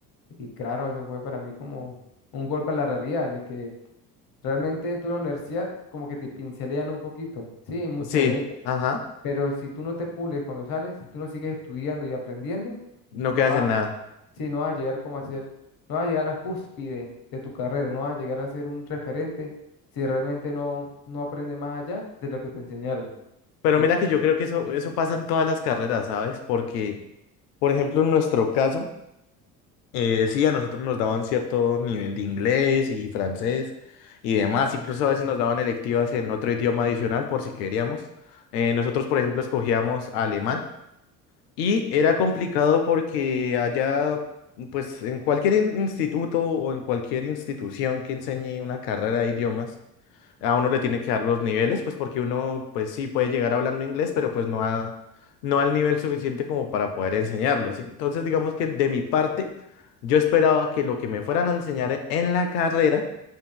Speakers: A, on the left; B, on the left.
A: Y claro, eso fue para mí como un golpe a la realidad, de que realmente tú en la universidad como que te pincelean un poquito, sí, muchas
B: sí,
A: de ellas,
B: ajá,
A: pero si tú no te pules cuando sales, si tú no sigues estudiando y aprendiendo,
B: no
A: no
B: quedas
A: vas,
B: en nada.
A: sí, no vas a llegar como a ser, no vas a llegar a la cúspide de tu carrera, no vas a llegar a ser un referente si realmente no, no aprendes más allá de lo que te enseñaron.
B: Pero
A: Y
B: mira
A: eso,
B: que yo creo que eso, eso pasa en todas las carreras, ¿sabes? Porque, por ejemplo, en nuestro caso, Eh, sí, a nosotros nos daban cierto nivel de inglés y francés y demás. Incluso a veces nos daban electivas en otro idioma adicional por si queríamos. Eh, nosotros, por ejemplo, escogíamos alemán y era complicado porque allá, pues en cualquier in- instituto o en cualquier institución que enseñe una carrera de idiomas, a uno le tiene que dar los niveles, pues porque uno, pues sí puede llegar hablando inglés, pero pues no a, no al nivel suficiente como para poder enseñarlo, ¿sí? Entonces, digamos que de mi parte, yo esperaba que lo que me fueran a enseñar en la carrera